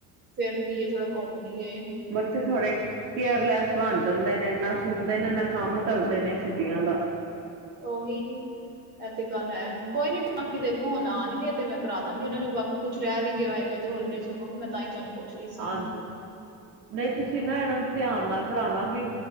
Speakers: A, on the right; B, on the right.
A: ਫੇਰਲੀਏ ਥੋੜਾ ਘੁੰਮ ਲੀਏ।
B: ਬੱਚੇ ਥੋੜੇ ਕੇਅਰਲੈਸ ਬਨ ਜਾਂਦੇ ਨੇ, ਨਾ ਸੁਨਦੇ ਨੇ, ਨਾ ਕੰਮ ਕਰਦੇ ਨੇ ਛੁੱਟੀਆਂ ਦਾ।
A: ਉਹੀ ਇਹ ਤੇ ਗੱਲ ਹੈ ਕੋਈ ਨੀ ਬਾਕੀ ਦੇਖੋ ਹੁਣ ਆਉਣਗੇ ਤੇ ਮੈਂ ਕਰਾ ਦਾਂਗੀ ਉਹਨਾਂ ਨੂੰ ਬਾਕੀ ਕੁੱਛ ਰਹਿ ਵੀ ਗਿਆ ਹੋਏ ਤੇ ਹੋਲੀਡੇਜ ਹੋਮਵਰਕ ਮੈਂ ਤਾਂ ਹੀ ਤਹਾਨੂੰ ਪੁੱਛ ਰਹੀ ਸੀ
B: ਹਾਂਜੀ ਨਹੀਂ ਤੁਸੀਂ ਨਾ ਇਹਨਾਂ ਨੂੰ ਧਿਆਨ ਨਾਲ ਪੜ੍ਹਾਉਣਾ ਵੀ